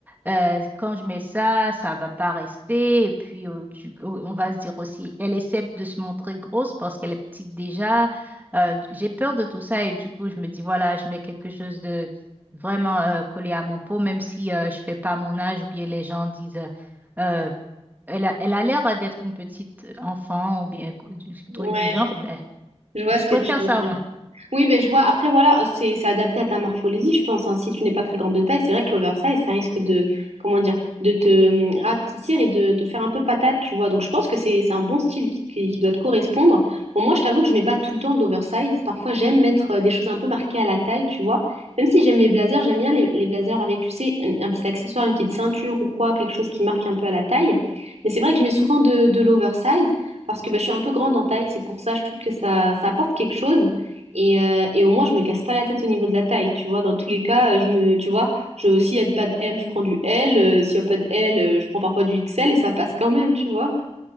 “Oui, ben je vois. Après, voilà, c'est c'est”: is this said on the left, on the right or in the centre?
Right